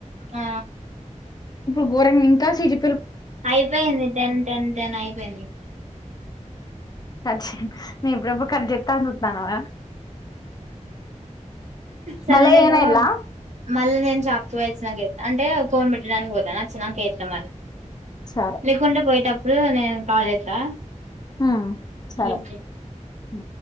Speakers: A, on the right (about 60°); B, on the left (about 30°).
A: ఆ
B: ఇప్పుడు గోరామ్ ఇంకా సిజీ
A: అయిపోయింది టెన్ టెన్ టెన్ అయిపోయింది
B: కర్చ నేను ఎప్పుడు ఎప్పుడు కట్ చెత్త అ చతుానవ.
A: సరే
B: మళ
A: నేను
B: ఏనైలా
A: మళ్ళీ నేను చాపో వచ్చినాక అంటే ఫోన్ పెట్టడానికి పోతాను నచ్చినాక ఏతుా మరి
B: సరే
A: లేకుంట పోయట ఉ నేను కాల్ చేస్తా
B: మ్ సరె
A: లిఫ్ట్
B: ఉ